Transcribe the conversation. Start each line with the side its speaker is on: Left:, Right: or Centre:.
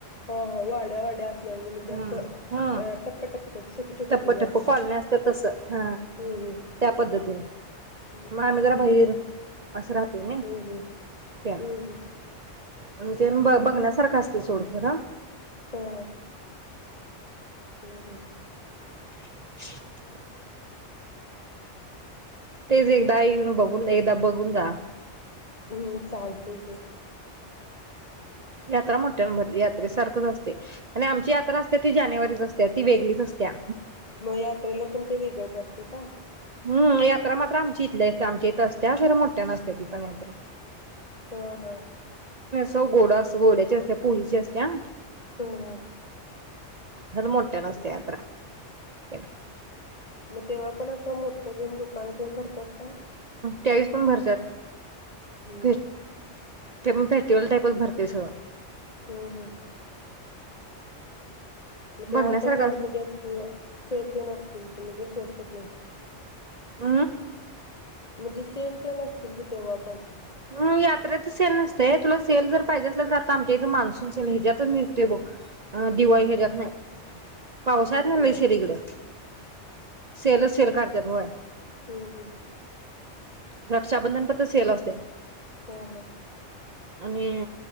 Left: हा हा वाड्या वाड्या असल्या वाणी म्हणजे
Right: हम्म
Left: असं अ
Right: हम्म
Left: टप्प टप्प छोटे छोटे
Right: टप्प
Left: हे
Right: टप्प
Left: असत
Right: कॉलन्या असतात तसं हा.
Left: हूं
Right: त्या पद्धतीने
Left: हूं
Right: मग आम्ही जरा बायर <inaudible> असं राहतोय नन
Left: हम्म
Right: तेन
Left: हम्म हम्म
Right: तेन ब
Left: हम्म हम्म
Right: बघण्यासारखा अस ते सोडखरा
Left: हा हूं हूं
Right: <inaudible> तेच एकदा येऊन बघून एकदा बघून जा.
Left: हूं चालतय की
Right: यात्रा मोठ्यांन भरली यात्रे सारखंच असतय आणि आमची यात्रा असते ती जानेवारीच असते. ती वेगळीच असतीया
Left: मग यात्रेला पण ते वेगळच असते का?
Right: हूं यात्रा मात्र आमची इथल्या इथ आमच्या इथं असतिया खर मोठ्यान असते ती पण यात्रा
Left: हा हा
Right: हो गोड असं गोड्याची असते पोलीची असतिया <inaudible>
Left: हा
Right: खरं मोठ्यान असत
Left: हा
Right: यात्रा <inaudible>
Left: मग तेव्हा पण असं मोठ तेन दुकानं तेन भरतात. हो
Right: चाळीस पण भरत्यात. भेट
Left: हम्म
Right: ते पण फेस्टिवल टाईपच भरतय सगळं.
Left: हम् हम तेव्हा
Right: बघण्यासारखं
Left: पण म्हणजे असं सेल तेन असतील की म्हणजे स्वस येत नाही.
Right: आ
Left: म्हणजे सेल तेन असतील की तेव्हा पण.
Right: हम यात्रेतच सेल नसतय तुला सेल जर पाहिजे असल तर आता आमच्या इथ मान्सून सेल ह्याच्यातच निघते बग. अ दिवाळी
Left: कुठं
Right: ह्याच्यातन पावसाळ्यातन
Left: अ
Right: लई सेल हिकडं सेलच सेल काड त्यात होय.
Left: हो हो
Right: रक्षाबंधन पतल सेल असतोय.
Left: हो हो
Right: आणि